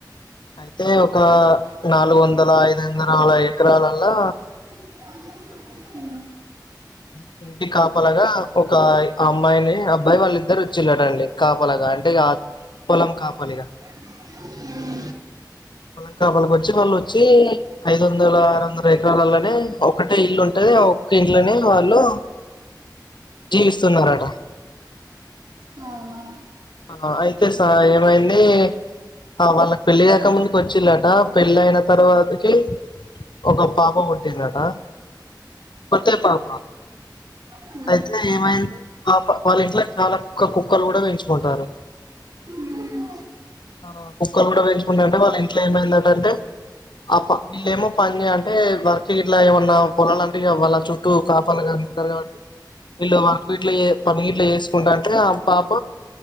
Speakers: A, on the left; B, on the right.
A: అయితే ఒక నాలుగు వందల ఐదు వందల ఎకరాలల్లా
B: ఉ
A: <inaudible> ఇ కాపలాగా ఒక అమ్మాయిని అబ్బాయి వాళ్ళిద్దరు వచ్చిళ్ళడండి కాపలాగా అంటే పోలం కాపలీగా
B: ఉ
A: పొలం కాపలీగా వాళ్ళ వచ్చి నోళ్ళు వచ్చి ఐదు వందల ఆరు వందల ఎకరాలలోనే ఒకటే ఇల్లు ఉంటది ఆ ఒక్క ఇళ్ళనే వాళ్ళు జీవిస్తున్నారట
B: అవునా
A: ఆ అయితే సా ఏమైంది ఆ వాళ్ళకి పెళ్ళి కాక ముందుకి వచ్చిలాట పెళ్ళ అయిన తర్వాతకి ఒక పాప పుట్టిందట ఒకటే పాప
B: అ
A: అయితే ఏమైంది పాప వాళ్ళ ఇంట్లో చాలా కుక్క కుక్కలు కూడా పెంచు కుంటారు
B: మ్మ్
A: ఆ కుక్కలు కూడా పెంచుకుంటారంటే వాళ్ళ ఇంట్లో ఏం అయిందంట అంటే ఆ వీళ్ళ ఏమో పని అంటే వర్కి ఇట్లా ఏమన్నా పొలాలంటవి గా వాళ్ళ చూ చుట్టు కాపాల కి ఉంటారు కాబట్టి వీళ్ళు వర్క్ వీట్లో పన్నగీట్లు చేేసుకుంటా ఉంటే ఆ పాప